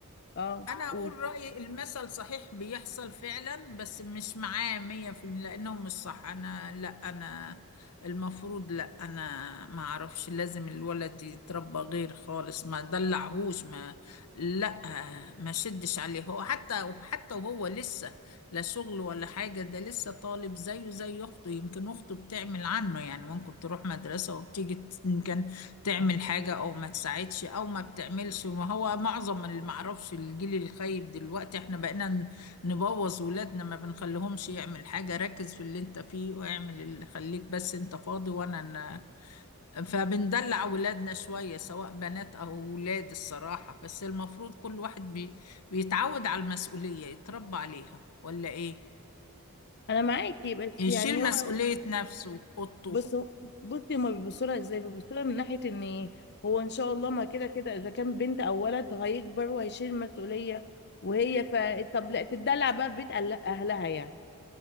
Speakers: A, on the left; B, on the left.
A: اه
B: انا
A: قولي
B: اقول رأيي المثل صحيح بيحصل فعلا بس مش معاه مية في المية لانه مش صح انا لا انا المفروض لا انا ما اعرفش لازم الولد يتربى غير خالص ما دلعهوش ما لا ما شدش عليه هو حتى حتى وهو لسه لا شغل ولا حاجة ده لسه طالب زيه زي اخته يمكن اخته بتعمل عنه يعني ممكن تروح مدرسة وبتيجي تعمل حاجة أو ما تساعدش أو ما بتعملش ما هو معظم اللي معرفش الجيل الخايب دلوقتي احنا بقينا ن- نبوظ ولادنا ما بنخليهمش يعمل حاجة ركز في اللي انت فيه واعمل اللي خليك بس انت فاضي وانا أنا فبندلع ولادنا شوية سواء بنات أو ولاد الصراحة بس المفروض كل واحد بي... بيتعود على المسؤولية يتربى عليها ولا إيه؟
A: انا معاكي بس
B: يشيل
A: يعني
B: طبعا
A: هو
B: مسؤولية نفسه أوضته
A: بصوا بصي هما بيبصوا لها ازاي بيبصوا لها من ناحيه ان هو ان شاء الله ما كده كده اذا كان بنت او ولد هيكبر وهيشيل مسؤوليه وهي ف طب لا تدلع بقى في بيت أهل- اهلها يعني